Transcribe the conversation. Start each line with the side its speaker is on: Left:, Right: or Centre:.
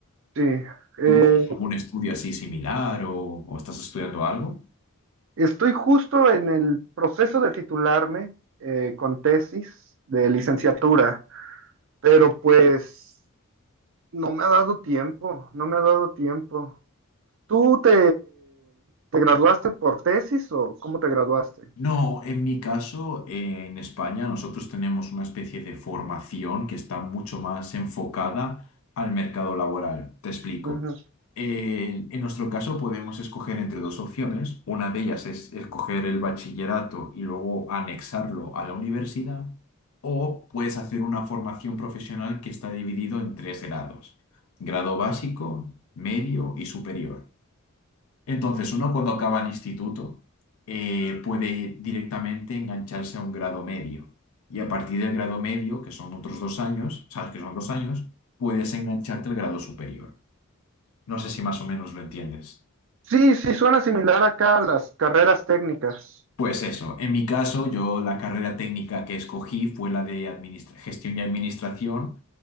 Right: Sí, eh,
Left: ¿Tú tienes algún estudio así similar o, o estás estudiando algo?
Right: estoy justo en el proceso de titularme eh, con tesis de licenciatura, pero pues no me ha dado tiempo, no me ha dado tiempo. ¿Tú te, te graduaste por tesis o cómo te graduaste?
Left: No, en mi caso, eh, en España nosotros tenemos una especie de formación que está mucho más enfocada al mercado laboral. Te explico.
Right: Ujú.
Left: Eh, en nuestro caso podemos escoger entre dos opciones. Una de ellas es escoger el bachillerato y luego anexarlo a la universidad, o puedes hacer una formación profesional que está dividido en tres grados: grado básico, medio y superior. Entonces, uno cuando acaba el instituto eh, puede directamente engancharse a un grado medio. Y a partir del grado medio, que son otros dos años, sabes que son dos años, puedes engancharte al grado superior. No sé si más o menos lo entiendes.
Right: Sí, sí, suena similar acá a las carreras técnicas.
Left: Pues eso, en mi caso, yo la carrera técnica que escogí fue la de administra- gestión y administración